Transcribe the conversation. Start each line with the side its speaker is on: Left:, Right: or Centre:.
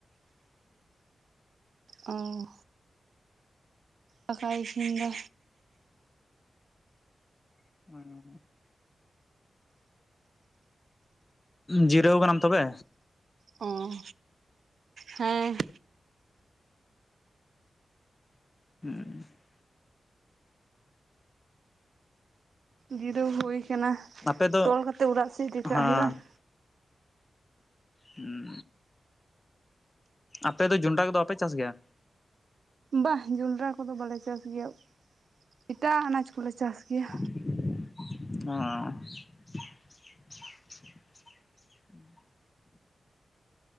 Right: ᱚ ᱫᱟᱠᱟᱭ ᱤᱥᱤᱱ ᱫᱟ
Left: <inaudible> ᱡᱤᱨᱟᱹᱣ ᱠᱟᱱᱟᱢ ᱛᱚᱵᱮ?
Right: ᱚ ᱦᱮᱸ ᱾
Left: ᱦᱩᱸ ᱾
Right: ᱡᱤᱨᱟᱹᱣ ᱦᱳᱭ ᱟᱠᱟᱱᱟ,
Left: ᱟᱯᱮ ᱫᱚ
Right: ᱛᱚᱞ ᱠᱟᱛᱮᱜ ᱚᱲᱟᱜ ᱥᱮᱡ ᱤᱫᱤ
Left: ᱦᱮᱸ
Right: ᱠᱟᱜ ᱦᱩᱭᱩᱜᱼᱟ ᱾
Left: ᱦᱩᱸ ᱟᱯᱮ ᱫᱚ ᱡᱚᱸᱱᱰᱨᱟ ᱠᱚᱫᱚ ᱵᱟᱯᱮ ᱪᱟᱥ ᱜᱮᱭᱟ?
Right: ᱵᱟ ᱡᱚᱸᱰᱨᱟ ᱠᱚᱫᱚ ᱵᱟᱞᱮ ᱪᱟᱥ ᱜᱮᱭᱟ, ᱮᱴᱟᱜ ᱟᱱᱟᱡᱽ ᱠᱚᱞᱮ ᱪᱟᱥ ᱜᱮᱭᱟ᱾
Left: <unintelligible>